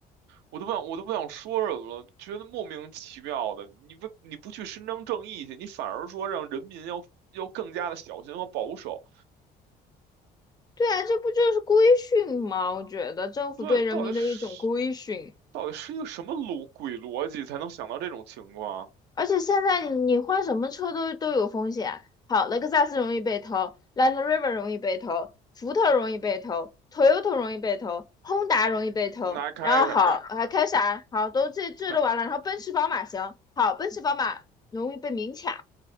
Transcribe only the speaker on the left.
对啊，这不就是规训吗？我觉得政府对人民的一种规训。
而且现在你你换什么车都都有风险。好，雷克萨斯容易被偷，Land Rover 容易被偷，福特容易被偷，Toyota 容易被偷，Honda 容易被偷。
然后好，还开啥？好，都这这都完了。
然后奔驰、宝马行，好，奔驰、宝马容易被明抢。